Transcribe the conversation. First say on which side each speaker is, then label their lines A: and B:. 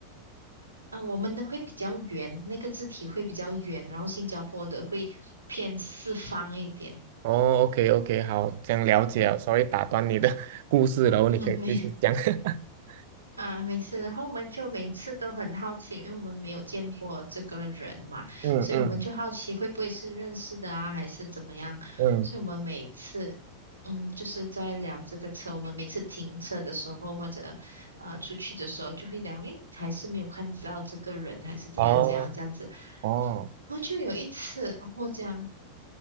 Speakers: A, on the right; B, on the right.
A: 呃，我们的会比较圆，那个字体会比较圆，然后新加坡的会偏四方一点。
B: 哦，OK OK，好，这样了解了。
A: 嗯
B: s o 打断你的 <laughs> 故事，然后你可以继续讲。
A: 嗯，没
B: <laughs>
A: 啊，没事。然后我们就每次都很好奇，因为我们没有见过这个人嘛，
B: 嗯嗯
A: 所以我们就好奇会不会是认识的啊，还是怎么样？
B: 嗯，
A: 所以我们每次，嗯，就是在聊这个车，我们每次停车的时候或者呃出去的时候，就会聊，诶，还是没有看到这个人，还是怎样怎样这样子。
B: 哦哦，
A: 然后就有一次，哦我样。